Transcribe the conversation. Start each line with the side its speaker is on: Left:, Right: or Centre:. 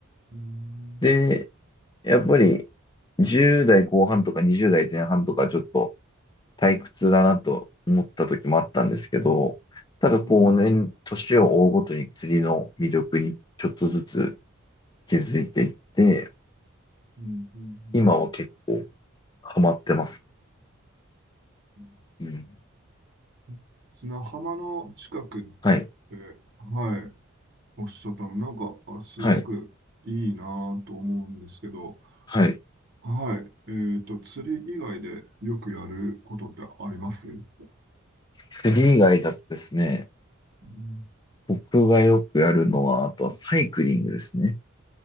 Right: うん、
Left: で、やっぱり、10代後半とか20代前半とか、ちょっと退屈だなと思った時もあったんですけど、ただ、こう、
Right: うん、
Left: 年、年を追うごとに釣りの魅力にちょっとずつ気づいていって、
Right: うん、うん、
Left: 今は結構
Right: うん、
Left: ハマってます。
Right: う
Left: うん。
Right: ん。砂浜の近くっ
Left: はい。
Right: て、はい、おっしゃったの、なんか、あすごくいいなぁと思うんですけど、
Left: はい。はい。
Right: はい。えっと、釣り以外でよくやることってありますう
Left: 釣り以外だとですね、
Right: ん
Left: 僕がよくやるのは、あとはサイクリングですね。